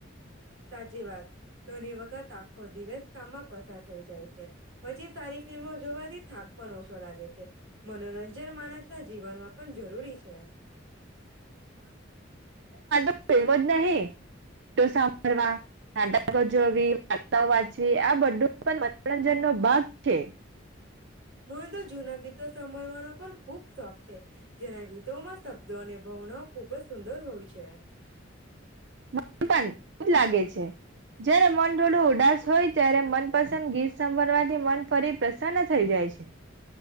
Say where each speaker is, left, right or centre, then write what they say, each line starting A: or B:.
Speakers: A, on the right; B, on the right.
A: સાચી વાત. ઘણી વખત આખો દિવસ કામમાં પસાર થઈ જાય છે. પછી સારી ફિલ્મો જોવાથી થાક પણ ઓછો લાગે છે. મનોરંજન માણસના જીવનમાં પણ જરૂરી છે.
B: એવ જ નહી તો સાંભળવા, નાટકો જોવી, વાર્તાઓ વાચવી આ બધું પણ મનોરંજનનો ભાગ થે.
A: મને તો જૂના ગીતો સાંભળવાનો પણ ખૂબ શોખ છે. જેના ગીતોમાં શબ્દો અને ભવનાઓ ખૂબ જ સુંદર હોય છે.
B: મ <inaudible> પણ જ લાગે છે. જ્યારે મન થોડું ઉદાસ હોય ત્યારે, મનપસંદ ગીત સાભળવાથી મન ફરી પ્રસન્ન થઈ જાય છે.